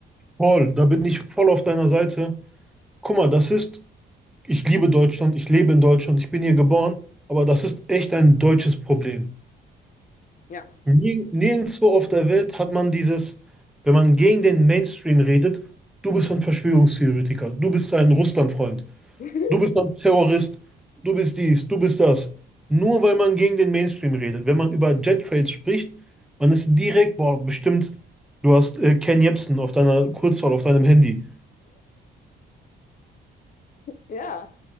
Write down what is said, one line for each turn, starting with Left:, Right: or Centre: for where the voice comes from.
Centre: voll, da bin ich voll auf deiner Seite. Guck mal, das ist, ich liebe Deutschland, ich lebe in Deutschland, ich bin hier geboren, aber das ist echt ein deutsches Problem.
Left: Ja.
Centre: Nirg- Nirgendwo auf der Welt hat man dieses, wenn man gegen den Mainstream redet, du bist ein Verschwörungstheoretiker, du bist ein Russlandfreund,
Left: <laughs>
Centre: du bist ein Terrorist, du bist dies, du bist das. Nur weil man gegen den Mainstream redet. Wenn man über Jet Trails spricht, man ist direkt, boah, bestimmt, du hast äh, Ken Jebsen auf deiner Kurzwahl, auf deinem Handy.
Left: Ja,